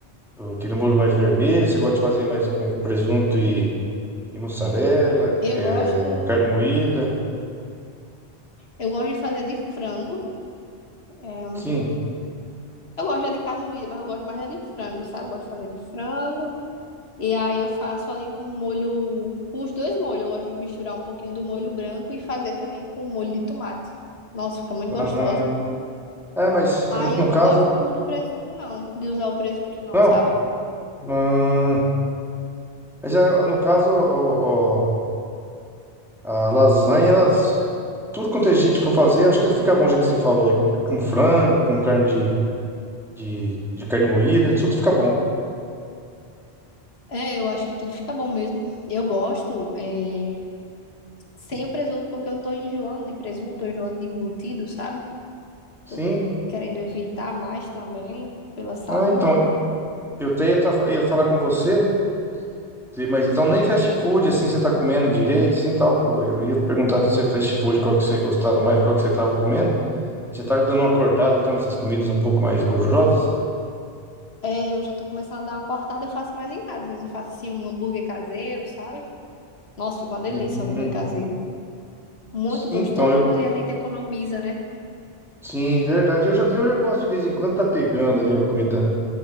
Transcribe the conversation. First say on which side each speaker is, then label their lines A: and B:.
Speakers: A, in the centre; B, on the left.
A: ou aquele molho mais vermelho. Você gosta de fazer mais com presunto e, e mussarela,
B: Eu
A: é,
B: gosto,
A: carne moída?
B: eu gosto de fazer de frango. É,
A: Sim.
B: eu gosto já de carne moída, mas eu gosto mais da de frango, sabe? Eu gosto de fazer de frango. E aí eu faço ali com o molho, com os dois molhos. Eu gosto de misturar um pouquinho do molho branco e fazer também com o molho de tomate. Nossa, fica muito
A: Ah,
B: gostosa.
A: é, mas ah,
B: Aí
A: no
B: eu não
A: caso,
B: gosto do, do presunto, não, de usar o presunto, não,
A: não.
B: sabe?
A: Ah, mas ah, no caso, ó, ó, A lasanha, elas. Tudo quanto é jeito que for fazer, acho que ele fica bom, o jeito que você falou aí, com, com frango, com carne de, de, de carne moída, né, tudo fica bom.
B: É, eu acho que tudo fica bom mesmo. Eu gosto, é, sem o presunto, porque eu tô enjoando de presunto, tô enjoando de embutido, sabe?
A: Sim.
B: Tô querendo evitar mais também, pela saúde.
A: Ah, então, eu até ia, tá- ia falar com você, de- mas então nem fast food, assim, você tá comendo direito, assim, tal. Eu ia perguntar do seu fast food, qual que você gostava mais, qual que você tava comendo. Você tá dando uma cortada, então, nessas comidas um pouco mais gordurosas?
B: É, eu já tô começando a dar uma cortada, eu faço mais em casa. Às vezes eu faço assim um hambúrguer caseiro, sabe? Nossa, fica uma delícia
A: Hum.
B: o hambúrguer caseiro. muito
A: Então,
B: gostoso
A: eu...
B: e a gente economiza, né?
A: Sim, verdade. Eu já, eu já gosto de vez em quando tá pegando ali a comida